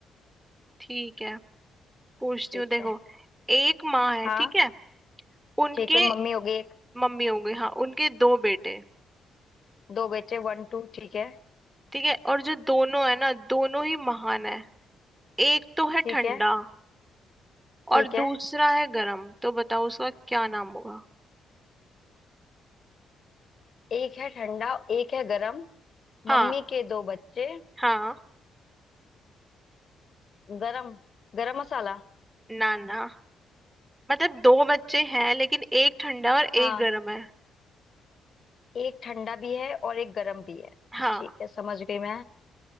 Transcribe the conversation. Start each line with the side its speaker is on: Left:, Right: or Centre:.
Right: ठीक है पूछती
Left: ठीक
Right: हूँ देखो
Left: है
Right: एक माँ है
Left: हाँ
Right: ठीक है उनके
Left: ठीक है मम्मी हो गई एक
Right: मम्मी हो गई हाँ उनके दो बेटे
Left: दो बेटे वन टू ठीक है
Right: ठीक है और जो दोनों है ना दोनों ही महान है एक तो है
Left: ठीक
Right: ठंडा
Left: है ठीक
Right: और दूसरा
Left: है
Right: है गरम तो बताओ उसका क्या नाम होगा
Left: एक है ठंडा एक है गरम
Right: हाँ
Left: मम्मी के दो बच्चे
Right: हाँ
Left: गरम गरम मसाला
Right: नाना मतलब दो बच्चे हैं लेकिन एक ठंडा और
Left: हाँ
Right: एक गर्म है
Left: एक ठंडा भी है और एक गरम भी है
Right: हाँ
Left: ठीक है समझ गई मैं